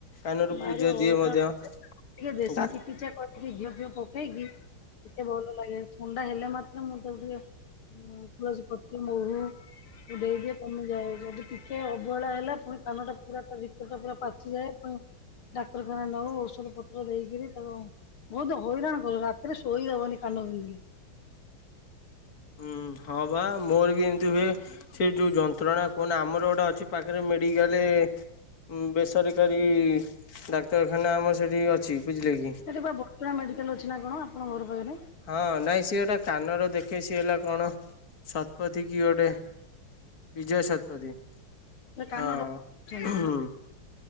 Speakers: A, on the left (about 45°); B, on the left (about 80°).
A: କାନରୁ
B: ଭାରି
A: ପୂଜ
B: ହଇରାଣ
A: ଜିଏ ମଧ୍ୟ।
B: ଟିକେ ଦେଶୀ
A: ହୁଁ
B: ଚିକିତ୍ସା କରିକି ଘିଅ ଫିଅ ପକେଇକି ଟିକେ ଭଲ ଲାଗେ। ଥଣ୍ଡା ହେଲା ମାତ୍ରେ ମୁଁ ତାକୁ ଟିକେ ତୁଳସୀ ପତ୍ର, ମହୁ ମୁଁ ଦେଇଦିଏ କମିଯାଏ। ଯଦି ଟିକେ ଅବହେଳା ହେଲା ପୁଣି କାନଟା ପୁରା ଭିତର ଟା ପୁରା ପାଚିଯାଏ। ଡାକ୍ତରଖାନା ନଉ ଔଷଧ ପତ୍ର ଦେଇକିରି ତାକୁ ବହୁତ ହଇରାଣ କରେ ରାତିରେ ଶୋଇଦବନି କାନ ବିନ୍ଧିଲେ।
A: ହୁଁ ହଁ ବା ମୋର ବି ଏମତି ହୁଏ, ସେ ଯୋଉ ଯନ୍ତ୍ରଣା କୁହନା ଆମର ଗୋଟେ ଟା ଅଛି ପାଖରେ ମେଡିକାଲ ବେସରକାରୀ ଡାକ୍ତରଖାନା ଆମର ସେଠି ଅଛି ବୁଝିଲେ କି?
B: ସେଠି ପା ବଡ଼ ମେଡ଼ିକାଲ ଅଛି ନା କଣ ଆପଣଙ୍କ ଘର ପାଖରେ?
A: ହଁ, ନାଇଁ ସିଏ ଗୋଟେ କାନର ଦେଖେ ସିଏ ହେଲା କଣ ଶତପଥୀ କିଏ ଗୋଟେ? ବିଜୟ ଶତପଥୀ
B: ସେ କାନ
A: ହଁ
B: ଡକ୍ଟର ଅଛନ୍ତି
A: ହୁଁ।